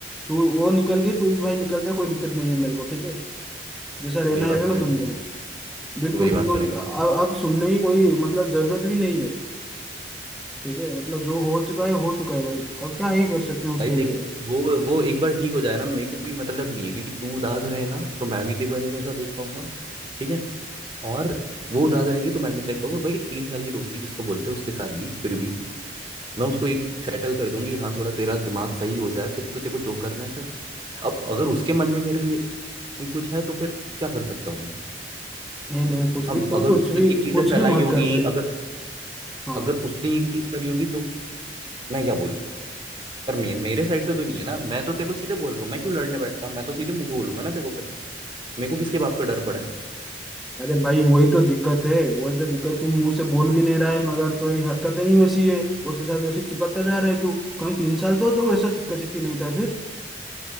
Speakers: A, in the centre; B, on the right.
A: तू वो निकल गई तू भी भाई निकल जा कोई दिक्कत नहीं है मेरे को ठीक है जैसा रहना
B: तू मेरी
A: है
B: बात
A: रह
B: सुनेगा
A: लो तुम दोनों बिल्कुल
B: तू मेरी
A: बिल्कुल
B: बात सुनेगा
A: अब अब सुनने की कोई मतलब जरूरत भी नहीं है ठीक है मतलब जो हो चुका है हो चुका है भाई अब क्या ही कर सकते हैं उसके
B: भाई देख
A: लिए
B: वो वो एक बार ठीक हो जाए ना मेरे को कोई मतलब नहीं है क्योंकि तू उदास रहेगा तो मैं भी तेरे को नहीं ऐसा देख पाऊंगा ठीक है और वो उदास रहेंगे तो मैं भी देख पाऊंगा भाई तीन साल की दोस्ती किसको बोलते हैं उसके साथ भी फिर भी मैं उसको एक सेटल कर दूंगी हाँ थोड़ा तेरा दिमाग सही हो जाए फिर तो तेरे को जो करना है कर अब अगर उसके मन में मेरे लिए नहीं कुछ है तो फिर क्या कर सकता हूँ मैं
A: नहीं नहीं कुछ
B: हम
A: भी तू
B: अगर
A: कुछ
B: उसने
A: भी
B: ये चीजें
A: कुछ
B: तो फैलाई
A: भी मत
B: होंगी
A: कर भाई
B: अगर
A: हाँ
B: अगर उसने ये चीज करी होंगी तो मैं क्या बोलूँ पर मे, मेरे साइड से तो नहीं है ना मैं तो तेरे को सीधे बोल रहा हूँ मैं क्यों लड़ने बैठता मैं तो सीधे मुंह को बोलूंगा ना तेरे को फिर मेरे को किसके बाप का डर पड़ा है
A: अरे भाई वही तो दिक्कत है वही तो दिक्कत तू मुंह से बोल भी नहीं रहा है मगर तेरी हरकतें ही वैसी है उसके साथ वैसे चिपकता जा रहा है तू कहीं तीन साल तो तो वैसा चिपका चिपकी नहीं था फिर